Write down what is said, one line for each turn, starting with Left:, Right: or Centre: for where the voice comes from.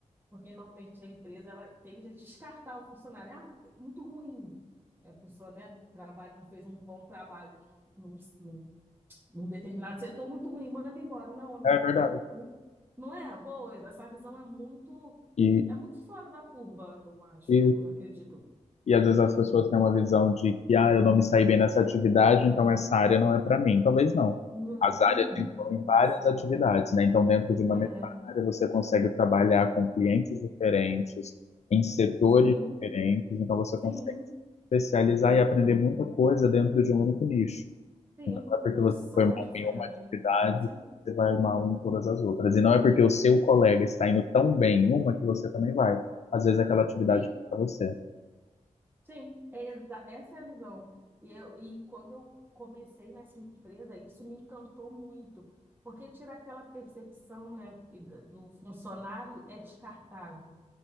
Right: porque normalmente a empresa ela tende a descartar o funcionário. Ah, é muito ruim. É, A pessoa, né, trabalho, não fez um bom trabalho num, num, num determinado setor, muito ruim, manda embora. Não, a minha
Left: É
Right: empresa
Left: verdade.
Right: é muito. Não é boa, essa visão é muito
Left: E,
Right: é muito fora da curva, eu acho,
Left: e,
Right: eu acredito.
Left: e às vezes as pessoas têm uma visão de que, ah, eu não me saí bem nessa atividade, então essa área não é para mim. Talvez não.
Right: Não,
Left: As áreas envolvem várias
Right: mas-
Left: atividades, né? Então, dentro de uma
Right: É,
Left: mesma área, você consegue trabalhar com clientes diferentes, em setores
Right: sim,
Left: diferentes, então você consegue
Right: sim,
Left: se especializar e aprender muita coisa dentro de um único nicho.
Right: sim.
Left: Então, não é porque
Right: Função
Left: você foi mal
Right: diferente.
Left: em uma atividade,
Right: Isso aí.
Left: você vai mal em todas as outras. E não é porque o seu colega está indo tão bem em uma que você também vai. Às vezes aquela atividade
Right: Sim,
Left: para você.
Right: sim. É exa- essa é a visão. E, eu, e quando eu comecei nessa empresa, isso me encantou muito, porque tira aquela percepção, né, e da- do funcionário é descartável.